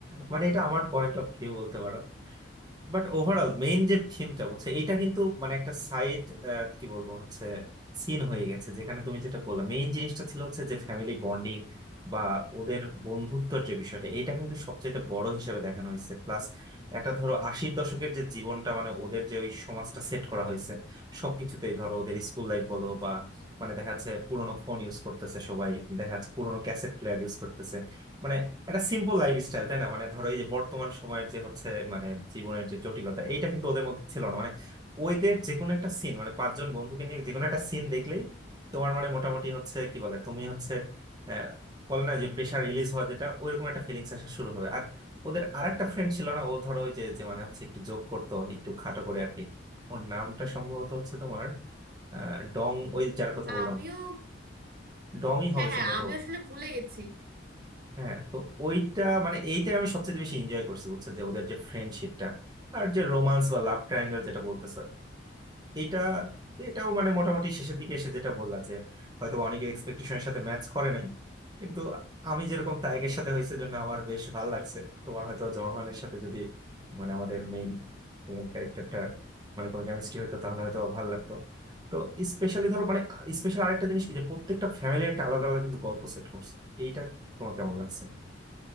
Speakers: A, on the right (about 20°); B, on the right (about 50°).
A: মানে এটা আমার পয়েন্ট অফ ভিউ বলতে পারো বাট ওভারঅল মেইন যে থিমটা বলছে এটা কিন্তু মানে একটা সাইড কি বলবো হচ্ছে সিন হয়ে গেছে যেখানে তুমি যেটা বললে মেইন জিনিসটা ছিল হচ্ছে যে ফ্যামিলি বন্ডিং বা ওদের বন্ধুত্বর যে বিষয়টা এটা কিন্তু সবচেয়ে বড় হিসেবে দেখানো হয়েছে প্লাস একটা ধরো আশির দশকের যে জীবনটা মানে ওদের যে ওই সমাজটা সেট করা হয়েছে সবকিছুতেই ধরো ওদের স্কুল লাইফ বলো বা মানে দেখা যাচ্ছে পুরোনো ফোন ইউজ করতেছে সবাই দেখা যাচ্ছে পুরোনো ক্যাসেট প্লেয়ার ইউজ করতেছে মানে একটা সিম্পল লাইফ স্টাইল তাই না মানে ধরো এই যে বর্তমান সময়ের যে হচ্ছে মানে জীবনের যে জটিলতা এইটা কিন্তু ওদের মধ্যে ছিল না মানে ওদের যে কোনো একটা সিন মানে পাঁচজন বন্ধুকে নিয়ে যে কোনো একটা সিন দেখলেই তোমার মানে মোটামুটি হচ্ছে কি বলে তুমি হচ্ছে আহ, বলে না যে প্রেশার রিলিজ হওয়া যেটা ওইরকম একটা ফিলিংস আসা শুরু হবে আর ওদের আরেকটা ফ্রেন্ড ছিল না ও ধরো ওই যে যে মানে হচ্ছে একটু জোক করতো একটু খাটো করে আর কি ওর নামটা সম্ভবত হচ্ছে তোমার আহ ডং ওই যার কথা
B: আহ,
A: বললাম
B: আমিও
A: ডংই
B: হ্যাঁ
A: হবে
B: হ্যাঁ
A: সম্ভবত
B: আমি আসলে ভুলে গেছি
A: হ্যাঁ তো ওইটা মানে এইটাই আমি সবচেয়ে বেশি এনজয় করছি বুঝছো যে ওদের যে ফ্রেন্ডশিপটা আর যে রোমান্স বা লাভ ট্রায়াঙ্গেল যেটা বলতেছে এটা এটাও মানে মোটামুটি শেষের দিকে এসে যেটা বললা যে হয়তো অনেকে এক্সপেকটেশনের সাথে ম্যাচ করে নাই কিন্তু আমি যেরকম তায়েকের সাথে হয়েছে জন্য আমার বেশ ভালো লাগছে তোমার হয়তো জহনের সাথে যদি মানে আমাদের মেইন ফিমেল ক্যারেক্টারটা মানে কোনো কেমিস্ট্রি হইতো তাহলে হয়তো ভালো লাগতো তো স্পেশালি ধরো মানে স্পেশাল আরেকটা জিনিস কি যে প্রত্যেকটা ফ্যামিলি একটা আলাদা আলাদা কিন্তু গল্প সেট করছে এইটা তোমার কেমন লাগছে